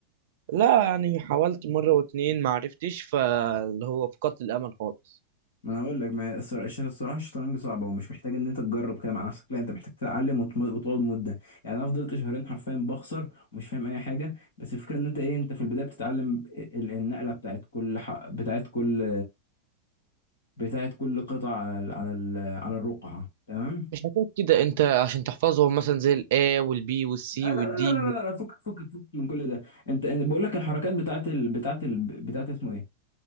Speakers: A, on the right (about 55°); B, on the left (about 60°).
A: لا يعني حاولت مره واتنين ما عرفتش فاللي هو فقدت الامل خالص
B: ما انا هقول لك ما هي الصرا- الش- الصراحه الشطرنج صعبه ومش محتاج ان انت تجرب كده مع نفسك لا انت محتاج تتعلم وتم- وتقعد مده يعني انا فضلت شهرين حرفيا بخسر ومش فاهم اي حاجه بس الفكره ان انت ايه انت في البدايه بتتعلم ال- النقله بتاعت كل ح... بتاعت كل بتاعت كل قطعه على ال... على ال... على الرقعه تمام
A: مش هتقول كده انت عشان تحفظهم مثلا زي الا والبي والسي
B: لا
A: والدي
B: لا لا لا لا لا لا، فكك فكك فكك من كل ده انت أنا بقول لك الحركات بتاعت ال... بتاعت ال... بتاعت اسمه ايه